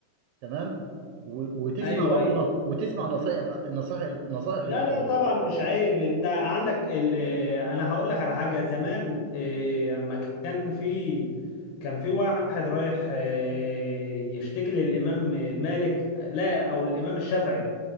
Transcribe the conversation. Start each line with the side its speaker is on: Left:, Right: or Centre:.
Right: تمام و- وتسمع
Left: أيوه
Right: برضه
Left: أيوه
Right: نص- وتسمع نصائح الع- النصائح نصائح
Left: لا
Right: الاخرين
Left: لا طبعا مش عيب أنت عندك ال... أنا هقول لك على حاجة زمان آه، أما كان في كان في واحد رايح آه، يشتكي للإمام مالك لا أو الإمام الشافعي